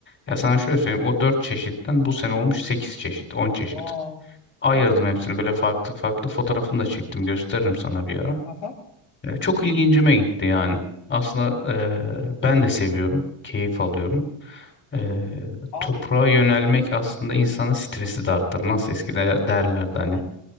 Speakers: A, on the left (about 85°); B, on the left (about 25°).
A: Hı
B: Ya
A: hı.
B: sana şöyle söyleyeyim, o 4 çeşitten bu sene olmuş 8 çeşit, on çeşit.
A: Aa,
B: Ayırdım
A: çok iyi bir
B: hepsini
A: şey.
B: böyle farklı farklı fotoğrafını da çektim, gösteririm sana bir ara.
A: Aha.
B: E, çok ilgincime gitti yani. Aslında e, ben de seviyorum, keyif alıyorum. E,
A: Abi
B: toprağa yönelmek aslında insanın stresi de arttırır. Nasıl eskiden derlerdi
A: hı
B: hani
A: hı.